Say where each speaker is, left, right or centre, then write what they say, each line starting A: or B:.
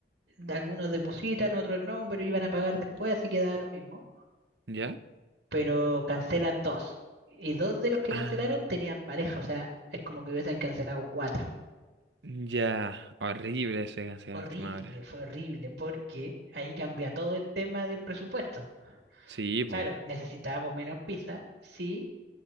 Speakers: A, on the right; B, on the right.
A: algunos depositan, otros no, pero iban a pagar después, así que da lo mismo.
B: ya,
A: Pero cancelan dos. Y dos de los que
B: ah,
A: cancelaron tenían pareja, o sea, es como que hubiesen cancelado cuatro.
B: ya, horrible eso de cancelar
A: Horrible,
B: a última hora.
A: fue horrible, porque ahí cambia todo el tema del presupuesto.
B: Sí, po,
A: Claro, necesitábamos menos pizza, sí,